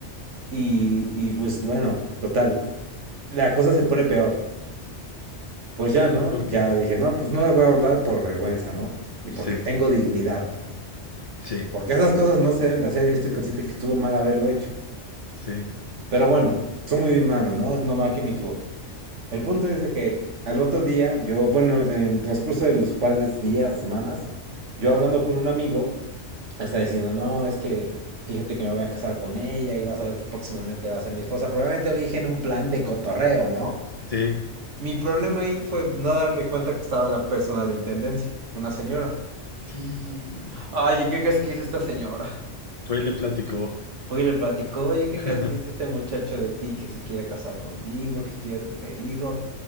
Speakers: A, on the right (about 85°); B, on the left (about 45°).
A: Y, y pues bueno, total. La cosa se pone peor. Pues ya,
B: <laughs>
A: ¿no?
B: Porque
A: Ya dije, no, pues no le voy a hablar por vergüenza, ¿no? Y porque
B: sí,
A: tengo dignidad.
B: sí,
A: Porque esas cosas no se deben de hacer. Yo estoy consciente que estuvo mal haberlo hecho.
B: sí,
A: Pero bueno, soy muy humano, ¿no? Es normal que me equivoque. El punto es de que al otro día, yo, bueno, en el transcurso de los par de días, semanas, yo hablando con un amigo, está diciendo, no, es que fíjate que me voy a casar con ella y vas a ver que próximamente va a ser mi esposa. Probablemente lo dije en un plan de cotorreo, ¿no?
B: sí,
A: Mi problema ahí fue no darme cuenta que estaba la persona de intendencia, una señora.
B: sí.
A: Ay, ¿y qué crees que hizo esta señora?
B: Fue y le platicó.
A: Fue y le platicó, oye, ¿qué
B: <laughs>
A: crees que dice este muchacho de ti que se quiere casar contigo, que quiere tener hijos?